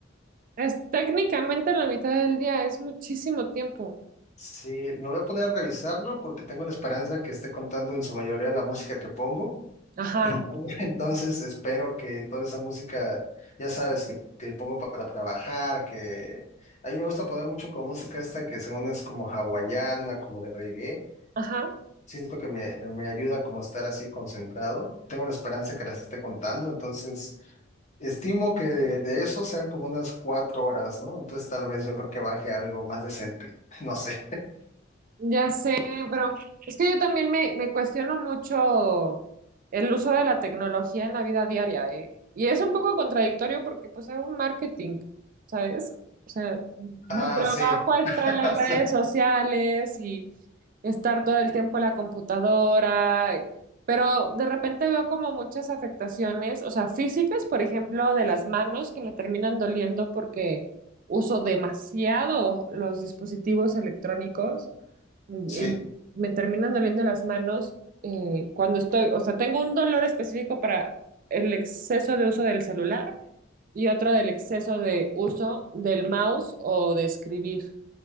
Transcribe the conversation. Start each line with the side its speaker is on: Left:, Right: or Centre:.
Right: es técnicamente la mitad del día, es muchísimo tiempo.
Left: Sí, me voy a poner a revisarlo porque tengo la esperanza que esté contando en su mayoría la música que pongo.
Right: Ajá,
Left: Entonces <laughs> entonces espero que toda esa música, ya sabes, que, que pongo para trabajar, que a mí me gusta poner mucho con música esta que según es como hawaiana, como de reggae.
Right: ajá.
Left: Siento que me, me ayuda como a estar así concentrado. Tengo la esperanza que las esté contando, entonces estimo que de, de eso sean como unas cuatro horas, ¿no? Entonces tal vez yo creo que baje algo más decente, <laughs> no sé.
Right: Ya sé, pero es que yo también me, me cuestiono mucho el uso de la tecnología en la vida diaria, ¿eh? Y es un poco contradictorio porque pues hago un marketing, ¿sabes? O sea, mi
Left: Ah,
Right: trabajo
Left: sí.
Right: está
Left: <laughs>
Right: en las redes sociales y estar todo el tiempo en la computadora, pero de repente veo como muchas afectaciones, o sea, físicas, por ejemplo, de las manos que me terminan doliendo porque uso demasiado los dispositivos electrónicos y
Left: Sí,
Right: me terminan doliendo las manos eh, cuando estoy, o sea, tengo un dolor específico para el exceso de uso del celular y otro del exceso de uso del mouse o de escribir,